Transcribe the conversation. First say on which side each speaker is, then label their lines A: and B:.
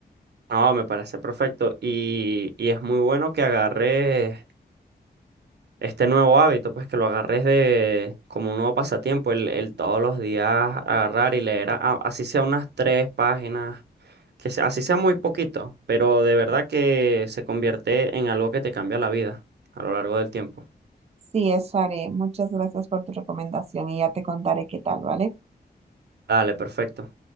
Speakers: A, on the right; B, on the right.
A: No, me parece perfecto y, y es muy bueno que agarres este nuevo hábito, pues que lo agarres de como un nuevo pasatiempo, el, el todos los días agarrar y leer, a- a- así sea unas tres páginas, que sea- así sea muy poquito, pero de verdad que se convierte en algo que te cambia la vida a lo largo del tiempo.
B: Sí, eso haré. Muchas gracias por tu recomendación y ya te contaré qué tal, ¿vale?
A: Dale, perfecto.